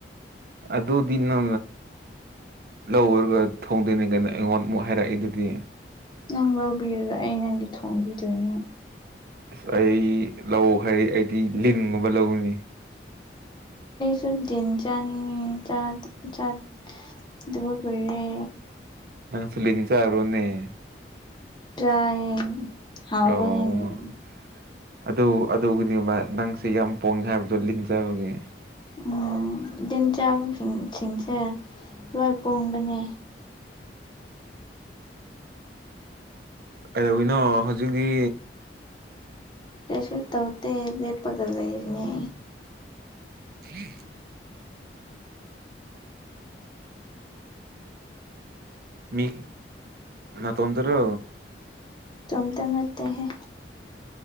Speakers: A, on the right; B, on the left.
A: ꯑꯗꯣꯗꯤꯤꯟ ꯅ ꯂꯧꯔꯒ ꯊꯣꯡꯗꯣꯏꯅꯤ ꯀꯥꯏꯩꯅ ꯑꯩꯉꯣꯟꯗ ꯑꯃꯨꯛ ꯍꯥꯏꯔꯛꯏ ꯑꯗꯨꯗꯤ
B: ꯅꯪ ꯂꯧꯕꯤꯔꯒ ꯑꯩ ꯅꯪꯒꯤ ꯊꯣꯡꯝꯕꯤꯗꯣꯏꯅꯦ
A: ꯑꯁ ꯑꯩ ꯂꯧ ꯍꯥꯏꯔ ꯑꯩꯗꯤ ꯂꯤꯡꯒꯨꯝꯕ ꯂꯧꯒꯅꯤ
B: ꯆ ꯊꯟ ꯆꯅꯤ ꯆꯥꯠ ꯆꯥꯠ ꯗꯕ ꯀꯏꯔꯦ
A: ꯅꯪ ꯐꯂꯤꯅꯤ ꯆꯔꯨꯅꯦꯦ
B: ꯇꯥꯏ ꯍꯥꯎꯕꯅꯤ
A: ꯑꯣ ꯑꯗꯨ ꯑꯗꯨꯕꯨꯗꯤꯕ ꯅꯪꯁꯦ ꯌꯥꯝ ꯄꯣꯡꯉꯦ ꯍꯥꯏꯕꯗꯣ ꯂꯤꯟꯖꯕꯒꯤꯦ
B: ꯎꯝ ꯏꯤꯟ ꯆꯥꯡ ꯁꯤꯡꯁꯦ ꯂꯣꯏ ꯄꯣꯡꯕꯅꯦ
A: ꯀꯩꯗꯧꯅꯣ ꯍꯧꯖꯤꯛꯇꯤ
B: ꯇꯁꯨ ꯇꯧꯗ ꯂꯦꯄꯒ ꯂꯩꯅꯤ
A: ꯎꯝ ꯃꯤ ꯃꯥ ꯇꯣꯗꯔ
B: ꯆꯨꯝꯇ ꯂꯩꯠꯇꯍ